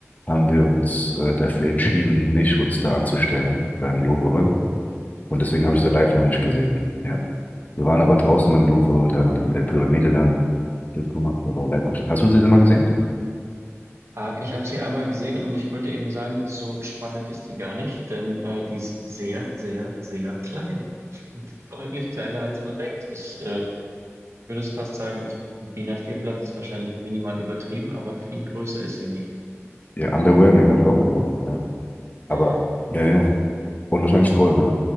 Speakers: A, on the left; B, on the right.
A: haben wir uns äh, dafür entschieden, nicht uns da anzustellen beim Louvre Und deswegen
B: Mhm.
A: habe
B: Mhm.
A: ich sie live noch nicht gesehen. Ja. Wir waren aber draußen im Louvre, da haben bei der Pyramide dann Bild gemacht, aber live. hab ich- Hast du sie denn mal gesehen?
B: Ah, ich habe sie einmal gesehen und ich wollte eben sagen, so spannend ist die gar nicht, denn äh, die ist sehr, sehr, sehr klein. <laughs> Deutlich kleiner, als man denkt. Ich äh, würde es fast sagen, ich, ein DIN A4-Blatt ist wahrscheinlich minimal übertrieben, aber viel größer ist sie nicht.
A: Ja, underwhelming, habe ich auch gehört. Ja. Aber,
B: Mhm.
A: ja, ja. Und wahrscheinlich voll, ne?